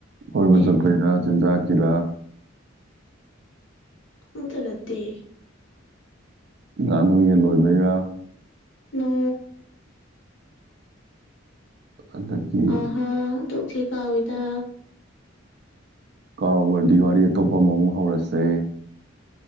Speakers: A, on the right (about 55°); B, on the left (about 65°).
A: ꯀꯣꯏꯕ
B: ꯑꯩ
A: ꯆꯠꯄꯒꯤꯔ ꯆꯤꯟꯖꯥꯛꯀꯤꯔ꯫
B: ꯑꯃꯇ ꯅꯥꯠꯇꯦ꯫
A: ꯉꯅꯨ ꯌꯦꯟ ꯂꯣꯏꯕꯩꯔ꯫
B: ꯅꯣ
A: ꯑꯗꯒꯤ
B: ꯑꯍꯥ ꯑꯣꯟꯊꯣꯛ ꯊꯤ ꯀꯥꯎꯏꯗ꯫
A: ꯀꯥꯎꯒꯔ ꯗꯤ ꯋꯥꯔꯤ ꯑꯇꯣꯞꯄ ꯑꯃꯃꯨꯛ ꯍꯧꯔꯁꯦ꯫